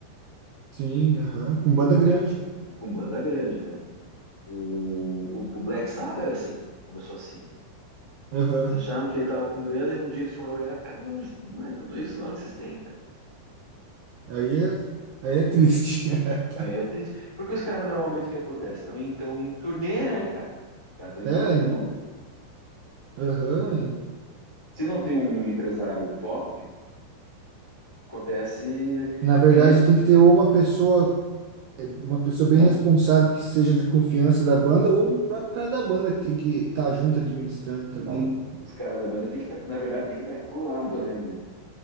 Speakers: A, on the right; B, on the left.
A: Sim, aham, com banda
B: O-
A: grande.
B: E com banda grande, cara. O, o o Black Sabbath era assim, começou assim.
A: Aham.
B: Eles achavam que ele tava com grana e um dia eles foram olhar, cara, não, não é tudo isso não que vocês têm, cara.
A: Aí é, aí é triste. <laughs>
B: Aí é triste. Porque os caras normalmente o que acontece? Também estão em turnê, né, cara? Os caras estão em
A: É,
B: turnê, não.
A: aham.
B: Se não tem um empresário top, acontece
A: Na verdade,
B: que
A: tem que ter ou uma pessoa, é, uma pessoa bem responsável que seja de confiança da banda, ou um próprio cara da banda que tem que estar junto administrando também.
B: os caras da banda tem que estar, na verdade, tem que estar colado, né, meu?